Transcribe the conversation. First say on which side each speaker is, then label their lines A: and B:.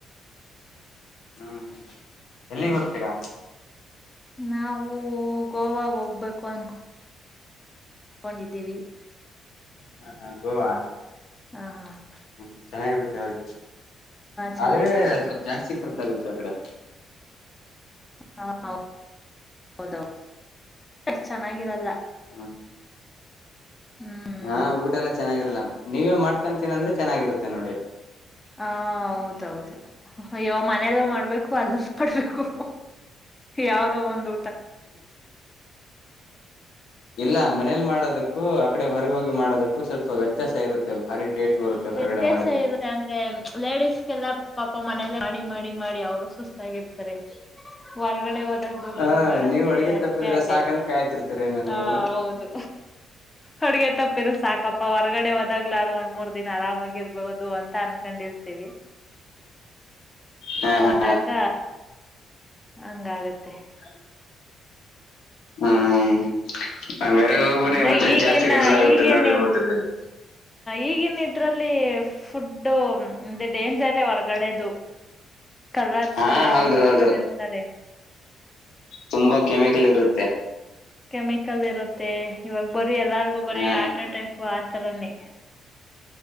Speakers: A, on the left; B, on the left.
A: ಹ್ಮ್ ಎಲ್ಲಿಗೆ
B: ಹ್ಮ್
A: ಹೋಗತೀರಾ
B: ನಾವು ಗೋವಾಗ ಹೋಗ್ಬೇಕು ಅನ್ಕೊ ಹಕೊಂಡಿದ್ದೀವಿ
A: ಹಾ ಹಾ ಗೋವಾ
B: ಹಾ ಹಾ ಹಾ
A: ಹ್ಮ್ ಚೆನ್ನಾಗಿರುತ್ತೆ ಅವೆ
B: ಚೆನ್ನಾಗಿರುತ್ತೆ
A: ಆದ್ರೆ ಸ್ವಲ್ಪ ಜಾಸ್ತಿ ಕರ್ತ ಆಾಗುತ್ತೆ ಆ ಕಡೆ
B: ಹ ಹೌದದು ಚೆನ್ನಾಗಿರಲ್ಲ
A: ಹಾ
B: ಹ್ಮ್
A: ಹಾ ಊಟ ಎಲ್ಲಾ ಚೆನ್ನಾಗಿರಲ್ಲ ನೀವೇ ಮಾಡ್ಕೊತೀನ ಅಂದ್ರೆ ಚೆನ್ನಾಗಿರುತ್ತೆ ನೋಡಿ
B: ಹ ಹೌದೌದು ಅಯ್ಯೋ ಮನೆಯಲ್ಲ ಮಾಡ್ಬೇಕು ಕ್ಲ್ ಮಾಡಬೇಕು ಯಾವದೋ ಒಂದು
A: ಇಲ್ಲ ಮನೇಲಿ ಮಾಡೋದಕ್ಕೂ ಆಕಡೆ ಹೊ ಹೋಗಿ ಮಾಡೋದಕ್ಕೂ ಸ್ವಲ್ಪ ವ್ಯತ್ಯಾಸ ಇರುತ್ತೆ ಭಾರಿ ಟೇಸ್ಟ್ ಬರುತ್ತೆ ಹೊರಗಡೆ
B: ವ್ಯತ್ಯಾಸ
A: ಮಾಡಿದ್ರೆ
B: ಇರುದೆ ಅಂದ್ರೆ ಲೇಡಿಸಸ್ಗೆಲ್ಲ ಪ ಮನಲ್ಲ ಮಾಡಿ ಮಾಡಿ ಮಾಡಿ ಅವರು ಸುಸ್ತಾಗಿರ್ತಾರೆ ವರ ಕಡೆ ಹೋದಾಗರು
A: ಹ
B: ಬರಿ ಮಾಡೋದೇ
A: ನೀವ್ ಅಡ್ಗೆ
B: ಅಂದ್ರೆ
A: ತಪ್ಪಿದ್ರೆ
B: ಬೇಜಾರ
A: ಸಾಕನ್ ಕಾಯ್ತಿರ್ತೀರೇನೋ
B: ಹ
A: ನೀವು
B: ಹೌದು ಹಡ್ಗ ತಪ್ಪಿರು ಸಾಕಪ್ಪ ಹೊರ್ಗಡೆೋದಾಗ್ಲು ಒಂದ್ ಮೂರ್ ದನ್ ಆರಾಮಾಗಿ ಇರ್ಬುದು ಅಂತ ಅನ್ಕೊಂಡಿರ್ತೀವಿ
A: ಹಾ
B: ಹೋದಾಗ
A: ಹಾ
B: ಹಂಗಾಗತ್ತೆ
A: ಹ ಹ್ಮ್ ಹಂಗಾರೆ ಹೋಗ್ಬನ್ನಿ
B: ಅಂದ್ರೆ
A: ಮತ್ತೆ
B: ಈಗೇನ್
A: ಜಾಸ್ತಿ ಖರ್ಚಾಗುತ್ತೆ
B: ಈಗೇನ
A: ನೋಡಿ ಊಟದಲ್ಲಿ
B: ಈಗ ಇನ್ ಇದ್ರಲ್ಲಿ ಫುಡ್ಡು ಮುೆ ಡೇಂಜರ್ ಹೊರ್ಗಡೆದು ಕಲರ್ಸ
A: ಹಾ
B: ಎಲ್ಲಾ
A: ಹೌದು
B: ಮಿಕ್ಸ್
A: ಹೌದು
B: ಮಾಡಿರ್ತ್ತಾರೆ
A: ತುಂಬಾ ಕೆಮಿಕಲ್ ಇರುತ್ತೆ
B: ಕೆಮಿಕಲ್ ಇರುತ್ತೆ ಇವಾಗ ಬರೀ ಎಲ್ಲರಿಗು ಬರೀ
A: ಹಾ
B: ಆಾರ್ಟ್ ಅಟ್ಯಾಕ್ ರನೆ